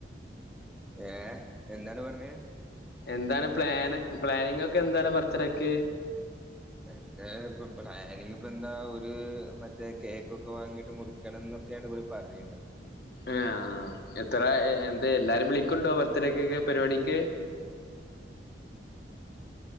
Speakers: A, in the centre; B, on the left (about 55°).
A: ഏഹ് എന്താണ് പറഞ്ഞേ
B: എന്താണ് പ്ലാന് പ്ലാനിങ്ങോക്കെന്താണ് ബർത്ത്ഡേക്ക്
A: അയിന്റെ ഇപ്പ പ്ലാനിങ്പ്പന്താ ഒരു മറ്റേ കേക്കൊക്കെ വാങ്ങീട്ട് മുറി ക്കണന്നൊക്കെയാണ് ഇവര് പറയ്ണത്
B: ഏഹ് എത്ര എ എന്താ എല്ലാരിം വിളിക്ക്ണ്ടോ ബർത്ത്ഡേക്കൊക്കെ പരിപാടിക്ക്